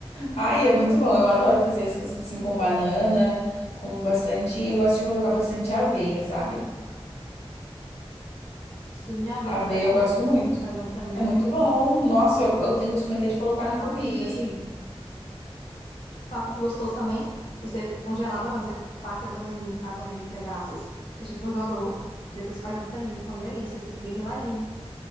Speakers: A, on the left (about 85°); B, on the left (about 65°).
A: ai, é muito bom. Eu adoro fazer essas assim com banana, com bastante. Eu gosto de colocar bastante aveia, sabe?
B: Sim, a aveia
A: Aveia
B: também é bom,
A: eu gosto
B: né?
A: muito.
B: Fazer a vitamina
A: É
B: de
A: muito bom. Nossa, eu, eu tenho costume até de colocar na comida,
B: amendoim.
A: assim.
B: Sabe o que é gostoso também? Você congelar a banana. Você parte a bananinha, a banana em pedaços, deixa no congelador, e depois você faz a vitamina, fica uma delícia, fica bem geladinho.